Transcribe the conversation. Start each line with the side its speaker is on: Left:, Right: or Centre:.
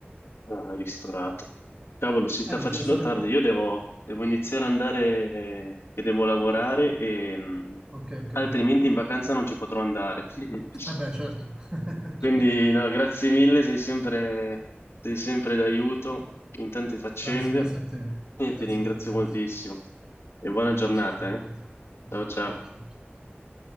Left: Ah, ristorato. Cavolo, si sta
Right: Eh,
Left: facendo
Right: bisogna stare
Left: tardi.
Right: un po'.
Left: Io devo, devo iniziare ad andare eh, che devo lavorare e mh,
Right: Ok, ok.
Left: altrimenti in vacanza non ci potrò andare. <laughs>
Right: Eh beh, certo. <laughs>
Left: Quindi,
Right: Certo.
Left: no, grazie mille, sei sempre, sei sempre d'aiuto in tante faccende
Right: Grazie, grazie a te.
Left: e
Right: Grazie
Left: ti ringrazio
Right: a te, grazie.
Left: moltissimo. E buona
Right: Grazie,
Left: giornata,
Right: ciao,
Left: eh.
Right: grazie. Anche
Left: Ciao ciao.
Right: a te, ciao, ciao. ciao.